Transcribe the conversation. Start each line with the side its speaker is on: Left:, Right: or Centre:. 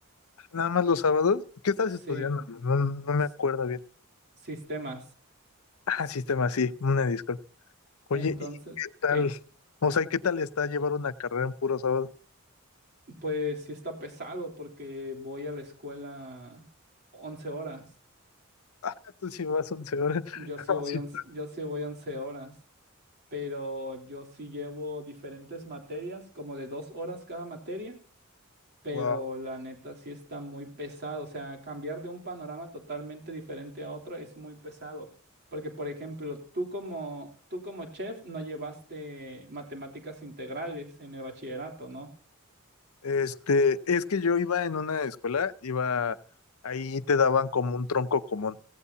Left: Nada más los sábados. ¿Qué estás
Right: Sí,
Left: estudiando? No, no me
Right: s-
Left: acuerdo bien.
Right: sistemas.
Left: Ah, sistema, sí, una disculpa. Oye,
Right: Entonces,
Left: ¿y qué tal?
Right: ¿qué?
Left: O sea, ¿qué tal está llevar una carrera en puro sábado?
Right: Pues sí está pesado porque voy a la escuela 11 horas.
Left: Ah, tú sí vas once horas.
Right: Yo
Left: <laughs>
Right: sí voy
Left: Sí.
Right: once
Left: tú.
Right: yo sí voy 11 horas, pero yo sí llevo diferentes materias, como de dos horas cada materia pero
Left: Wow.
Right: la neta sí está muy pesado. O sea, cambiar de un panorama totalmente diferente a otro es muy pesado. Porque, por ejemplo, tú como, tú como chef no llevaste matemáticas integrales en el bachillerato, ¿no?
Left: Este, es que yo iba en una escuela, iba, ahí te daban como un tronco común.